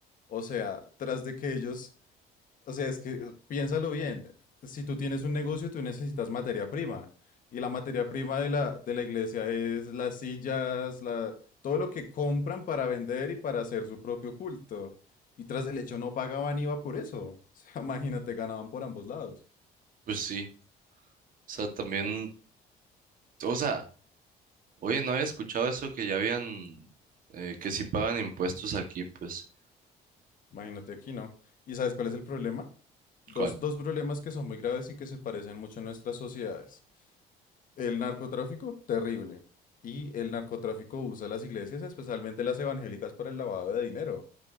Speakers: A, on the left; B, on the right.
A: O sea, tras de que ellos O sea, es que eh, piénsalo bien. Si tú tienes un negocio, tú necesitas materia prima. Y la materia prima de la, de la iglesia es las sillas, la, todo lo que compran para vender y para hacer su propio culto. Y tras el hecho no pagaban IVA por eso. O sea, <laughs> imagínate, ganaban por ambos lados.
B: pues sí, o sea, también,
A: Me-
B: o sea, oye, no había escuchado eso que ya habían, eh, que sí pagan impuestos aquí, pues.
A: imagínate aquí, ¿no? ¿Y sabes cuál es el problema? Dos,
B: ¿Cuál?
A: dos problemas que son muy graves y que se parecen mucho en nuestras sociedades. El narcotráfico, terrible. Y el narcotráfico usa las iglesias, especialmente las evangélicas, para el lavado de dinero.